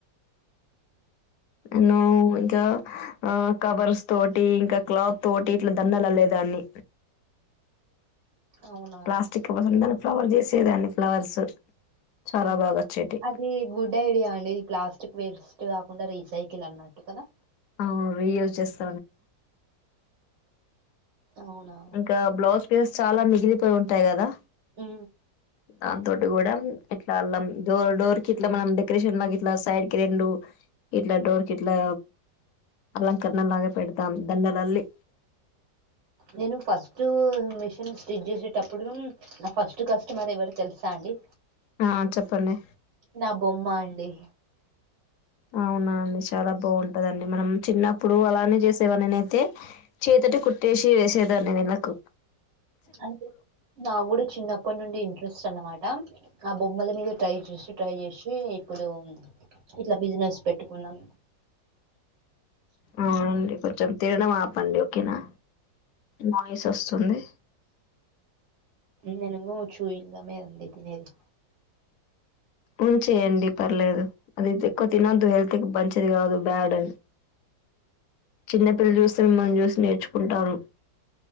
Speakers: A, on the left; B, on the right.
A: నన్ను ఇంకా ఆ కవర్స్ తోటి ఇంకా క్లాత్ తోటి ఇట్లా దండలు లేదాన్ని
B: అవునా
A: ప్లాస్టక్ పసండ ఫ్లవర్ చేసేదాన్ని ఫ్లవర్స్ చాలా
B: అ
A: బాగా వచ్చేటివి
B: అది గుడ్ ఐడియా అండి ప్లాస్టిక్ వేస్ అటు కాకుండా రీజైకిల్ అన్నట్టు కదా
A: అవును రీయూస్ చేస్త
B: అవునా
A: ఇంకా బ్లౌస్ ప్లస్ చాలా మిగిలిపోయి ఉంటాయి కదా
B: ఆ
A: దాంతోటి కూడా ఇట్లా అళ్లం డోర్ డోర్ కి ఇట్లా మనం డెకరేషన్ గా ఇట్లా సైడ్ కి రెండు ఇట్లా డోర్ కి ఇట్లా అలంకరణ లాగా పెడతాం దండలల్లి
B: నేను ఫస్ట్ మిషన్ స్జ చేసేటప్పుడు నా ఫస్ట్ కస్టమర్ ఎవరు తెలుసా అండి
A: ఆ చెప్పండి
B: నా బొమ్మ అండి
A: అవునా అండి చాలా బాగుంటదండి మనం చిన్నప్పుడు అలానే చేసేవనిన అయితే చేతట కు వేసేదాన్ని వలకు
B: అ నాకు కూడా చిన్నప్పటి నుండి ఇంట్రెస్ట్ అన్నమాట బొమ్మల మీద ట్రై చేసి ట్రై చేసి ఇప్పుడు ఇట్ల బిజినెస్ పెట్టుకున్నాను
A: అవునండి కొంచెం తినడం ఆపండి ఓకేనా నాయిస్ వస్తుంది
B: ననుకు చూ ఇలామే అందిడి తినేది
A: ఉంచేయండి పర్లేదు అది ఎక్కువ తినొద్దు హెల్త్ మంచిది కాదు బ్యాడ్ చిన్నపిల్లల్ని చూస్తే మిమ్మల్ని చూసి నేర్చుకుంటాను